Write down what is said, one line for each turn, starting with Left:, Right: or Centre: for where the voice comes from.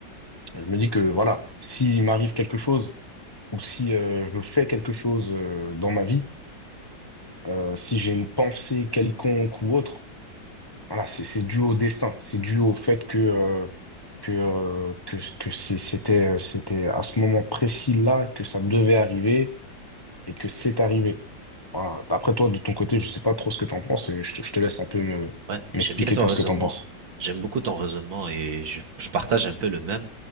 Left: je me dis que voilà, s'il m'arrive quelque chose ou si euh, je fais quelque chose euh, dans ma vie, euh, si j'ai une pensée quelconque ou autre, voilà, c'est c'est dû au destin, c'est dû au fait que, euh, que, euh, que, que c'est- c'était, c'était à ce moment précis-là que ça devait arriver et que c'est arrivé. Voilà. Après toi, de ton côté, je sais pas trop ce que tu en penses et je te, je te laisse un peu me,
Right: Ouais,
Left: m'expliquer
Right: j'aime bien ton
Left: toi
Right: raisonnement.
Left: ce que tu en penses.
Right: J'aime beaucoup ton raisonnement et je, je partage un peu le même.